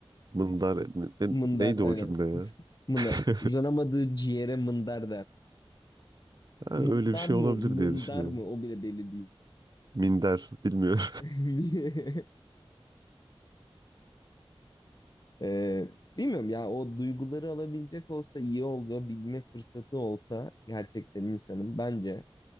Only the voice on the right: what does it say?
Mındar ne- ne-
neydi
o cümle ya?
<laughs>
Ha,
öyle bir şey
olabilir
diye düşünüyorum.
Minder bilmiyorum.